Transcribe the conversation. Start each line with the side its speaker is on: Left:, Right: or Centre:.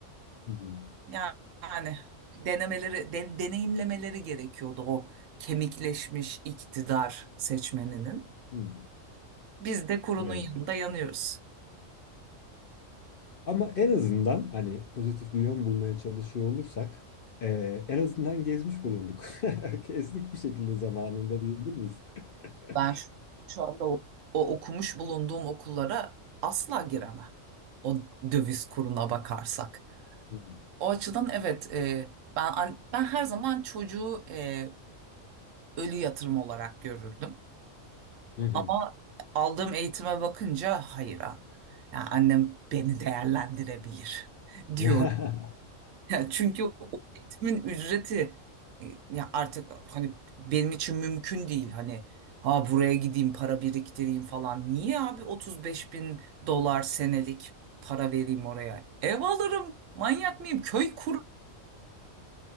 Left: Hı hı,
Right: Yani, yani denemeleri, de- deneyimlemeleri gerekiyordu o kemikleşmiş iktidar seçmeninin.
Left: hı hı.
Right: Biz de kurunun
Left: Evet.
Right: yanında yanıyoruz.
Left: Ama en azından hani pozitif bir yön bulmaya çalışıyor olursak e, en azından gezmiş bulunduk. <laughs> Kestik bir şekilde zamanında diyebilir miyiz?
Right: Ben
Left: <laughs>
Right: şu, şu anda o, o okumuş bulunduğum okullara asla giremem. O döviz kuruna bakarsak.
Left: Hı hı.
Right: O açıdan evet e, ben an- ben her zaman çocuğu e, ölü yatırım olarak görürdüm.
Left: Hı hı.
Right: Ama aldığım eğitime bakınca hayır abi. Yani annem beni değerlendirebilir <laughs> diyorum.
Left: <laughs>
Right: Ya çünkü o eğitimin ücreti e, ya artık hani benim için mümkün değil hani ha buraya gideyim para biriktireyim falan. Niye abi 35 bin dolar senelik para vereyim oraya? Ev alırım. Manyak mıyım? Köy kur.